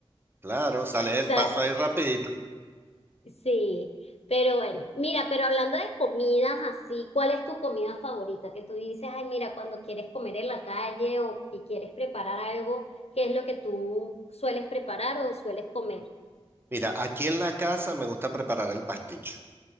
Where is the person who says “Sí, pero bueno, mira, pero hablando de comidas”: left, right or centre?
Left